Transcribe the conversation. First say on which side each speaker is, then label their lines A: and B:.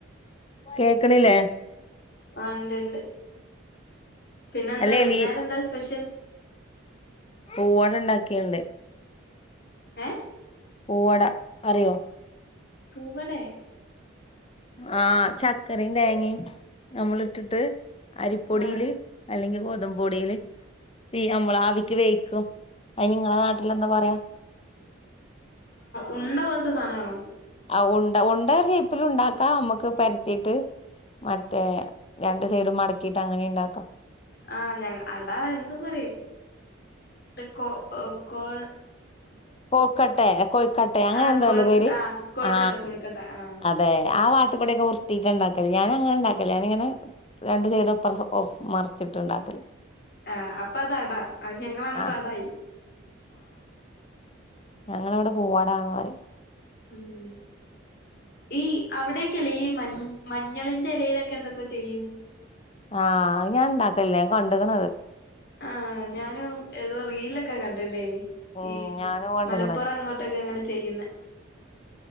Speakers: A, on the left (about 30°); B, on the left (about 50°).
A: കേക്കണില്ലേ?
B: ആ ഇണ്ട് ഇണ്ട്, പിന്നെന്താ
A: അല്ല
B: വൈയ്ന്നേരം
A: എലി
B: എന്താ സ്പെഷ്യൽ?
A: പൂവട ഉണ്ടാക്കിയെണ്ട്.
B: ഏഹ്
A: പൂവട അറിയോ?
B: പൂവടെ
A: ആഹ് ചക്കരേം തേങ്ങയും നമ്മൾ ഇട്ടിട്ട് അരിപ്പൊടിയില്
B: ആഹ്
A: അല്ലെങ്കി ഗോതമ്പുപൊടിയില് തീ നമ്മളാവിക്ക് വേവിയ്ക്കും അയിന് നിങ്ങളെ നാട്ടിൽ എന്താ പറയാ?
B: ഉണ്ട പോലത്തെ സാധനാണോ?
A: ആ ഉണ്ട ഉണ്ട ഷേപ്പിലു ഉണ്ടാക്കാ നമ്മക്ക് പരത്തീട്ട് മറ്റേ രണ്ട് സൈഡും മടക്കീട്ട് അങ്ങനേം ഇണ്ടാക്കാം.
B: ആ ഞ അടാ എന്ത് പറയും കോ കോ
A: കോക്കട്ടെ കോഴിക്കട്ടെ അങ്ങനെ
B: ആ
A: എന്തോല്ലേ
B: കൊഴുക്ക്
A: പേര്
B: ആ കൊഴുക്കട്ട
A: ആ
B: കൊഴുക്കട്ട ആ
A: അതെ. ആ വാത്തുക്കൂടെ ഒക്കെ ഉർത്തിട്ടൊണ്ടാക്കും. ഞാനങ്ങനെ ഉണ്ടാക്കല്ല ഞാനിങ്ങനെ രണ്ടു സൈടുപ്പറ മറിച്ചിട്ട് ഉണ്ടാക്കല്
B: ആ അപ്പൊ അതടാ അത് ഞങ്ങളങ്ങോട്ട്
A: ആഹ്
B: അടായി
A: ഞങ്ങടവിടെ പൂവാടാന്ന് പറയും.
B: ഉം ഈ അവിടെക്കല്ലേ ഈ മ മഞ്ഞളിന്റെ എലയിലൊക്കെ എന്തൊക്കെയോ ചെയ്യും
A: ആ ഞാൻ ഇണ്ടാക്കല്ല ഞാൻ കണ്ടക്കണത്
B: ആ ഞാനും ഏതോ റീലൊക്കെ കണ്ടിണ്ടേനി.
A: ഉം
B: ഈ
A: ഞാനും കണ്ടുക്കണ്
B: മലപ്പൊറം അങ്ങോട്ടൊക്കെ അങ്ങനെ ചെയ്യുന്നെ